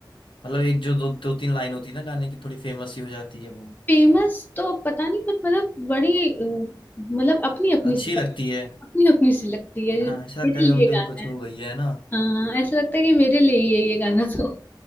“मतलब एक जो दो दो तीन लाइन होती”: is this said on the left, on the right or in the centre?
Left